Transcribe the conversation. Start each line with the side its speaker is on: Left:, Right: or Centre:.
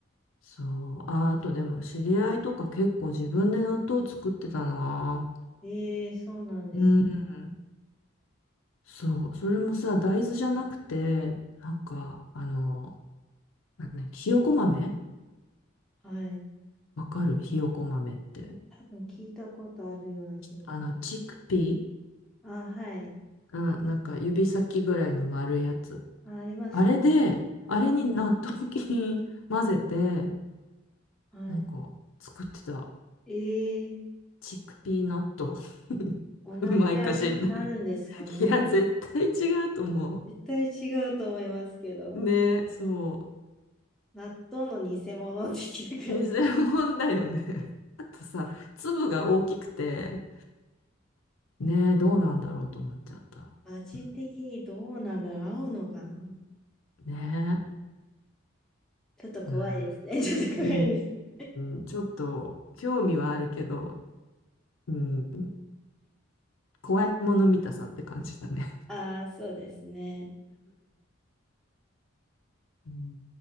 Left: そう。あ、あとでも知り合いとか結構自分で納豆作ってたな。
Centre: ええそうなんです。
Left: うん。そう。それもさ、大豆じゃなくて、なんか、あの、なんだっけひよこ豆
Centre: はい。
Left: わかるひよこ豆って。
Centre: 多分聞いたことあるような気がします。
Left: あの、チックピー
Centre: あ、はい。
Left: うん、なんか指先ぐらいの丸いやつ。
Centre: あ、ありますね。
Left: あれで、あれに納豆菌混ぜて、
Centre: はい。
Left: なんか作ってた。
Centre: ええ
Left: チックピーナット。<laughs>
Centre: 同じ味になるんですかね。
Left: うまいかしんない。いや、絶対違うと思
Centre: 絶対違うと思いますけど、
Left: う。ね、そ
Centre: 納豆の偽物的な感じ。
Left: う。偽物だよね。<laughs> あとさ、粒が大きくて、ね、どうなんだろうと思っちゃった。
Centre: 味的にどうなんだろう、
Left: うん
Centre: 合うのかな
Left: ね、
Centre: ちょっと怖いですね。
Left: うん。
Centre: <laughs> ちょっと怖いですね。
Left: うーん、ちょっと興味はあるけど、うん、怖いもの見たさって感じだね。
Centre: ああ、そうですね。
Left: <laughs> うん